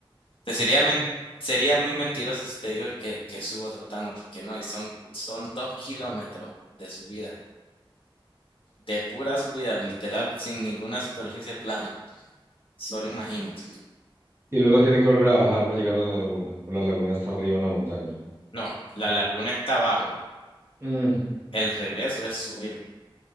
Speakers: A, on the left; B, on the right.
A: te sería, men- sería muy mentiroso si te digo que, que subo trotando, porque no, y son, son dos kilómetros de subida, de pura subida, literal, sin ninguna superficie plana. Solo imagínate.
B: Y luego tiene que volver a bajar para llegar a la laguna. O la laguna está arriba en la montaña.
A: No, la laguna está abajo.
B: Mm,
A: El regreso es subir.